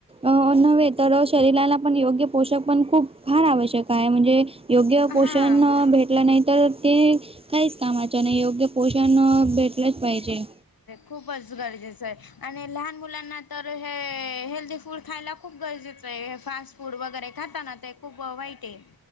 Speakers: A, on the right; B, on the left.
A: अं नव्हे तर शरीराला पण योग्य पोषक पण खूप. फार आवश्यक आहे म्हणजे योग्य पोषण
B: हां
A: भेटलं नाही तर ते. काहीच कामाच्यां नाही योग्य पोषण भेटलंच पाहिजे.
B: खूपच गरजेचं आहे आणि लहान मुलांना तर हे हेल्थी फूड खायला खूप गरजेचं आहे फास्ट.. फूड वगैरे खाता ना ते खूप वाईट आहे.